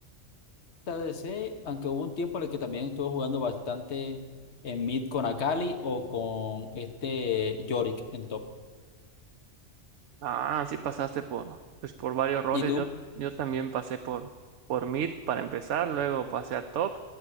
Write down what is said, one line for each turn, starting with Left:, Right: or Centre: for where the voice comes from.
Left: TDC, aunque hubo un tiempo en el que también estuvo jugando bastante en mid con Akali o con este Yorick en top.
Right: Ah, sí pasaste por, pues, por varios roles.
Left: ¿Y tú?
Right: Yo, yo también pasé por, por mid para empezar, luego pasé a top